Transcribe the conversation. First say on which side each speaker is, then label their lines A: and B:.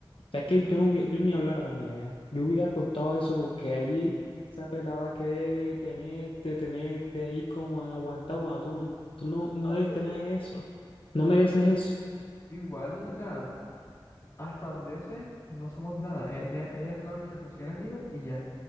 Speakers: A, on the left; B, on the left.
A: o sea, es que yo no hubiera, yo ni hablara con ella ya. Yo hubiera contado eso porque ahí esa pelada va a querer tenerte, tenerte ahí como aguantado cuando tú no, tú no, no
B: No,
A: debes
B: pero
A: tener
B: igual,
A: eso. No mereces
B: no,
A: eso.
B: igual, o sea, hasta donde yo sé, no somos nada. Ella, ya- ella solamente me considera amigo y ya.